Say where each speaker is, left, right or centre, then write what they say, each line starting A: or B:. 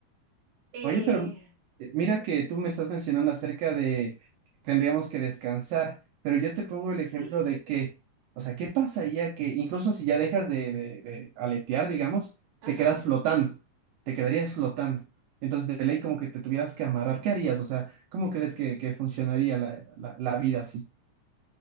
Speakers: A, on the right; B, on the right.
A: Eh,
B: Oye, pero eh, mira que tú me estás mencionando acerca de que tendríamos que descansar, pero yo te pongo
A: sí,
B: el ejemplo de que, o sea, ¿qué pasaría que incluso si ya dejas de, de- de aletear, digamos,
A: ajá.
B: te quedas flotando, te quedarías flotando? Entonces, de ley, como que te tuvieras que amarrar, ¿qué harías? O sea, ¿cómo crees que, que funcionaría la, la- la vida así?